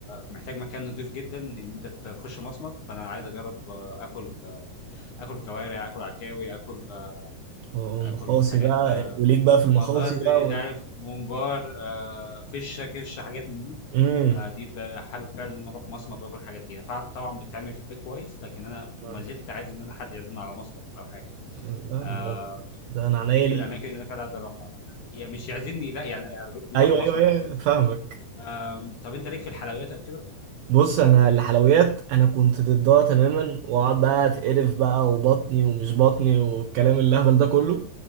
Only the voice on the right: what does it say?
ومخاصي
بقى
وليك بقى في المخاصي
بقى
وال...
امم
آه.
لا،
ده ده انا عينيا
ليك
ايوه
ايوه ايوه
فاهمك
بص انا الحلويات انا كنت ضدها تماما واقعد بقى اتقرف بقى وبطني ومش بطني والكلام الهبل ده كله